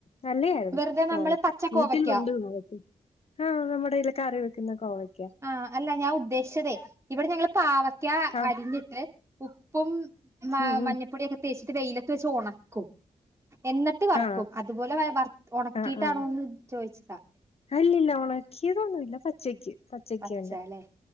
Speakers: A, on the left; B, on the right.
A: നല്ല ആയിരുന്നു
B: വെറുതെ
A: കോവയ്ക്ക
B: നമ്മള് പച്ചക്കോവയ്ക്ക
A: വീട്ടിൽ ഉണ്ട് കോവയ്ക്ക ആഹ നമ്മുടെ ഇൽ കറി വെക്കുന്ന കോവയ്
B: ആഹ അല്ല ഞാൻ ഉദ്ദേശിച്ചതേ ഇവിടെ ഞങ്ങള് പാവക്ക
A: ആഹ്
B: അരിഞ്ഞിട്ട് ഉപ്പും
A: ഉം ഉം
B: മഞ്ഞപ്പൊടിയൊക്കെ തേച്ചിട്ട് വെയിലത്ത് വെച്ച് ഉണക്കും എന്നിട്ട് വറക്കും
A: ആഹ്
B: അതുപോലെ വ വർ ഉണക്കിയിട്ടാണോന്ന്
A: ആഹ് ആഹ്
B: ചോദിച്ചതാ
A: അല്ലല്ല ഉണക്കിയതൊന്നുല്ല പച്ചക്ക് പച്ചക്ക്
B: പച്ചാല്ലേ
A: തന്നെ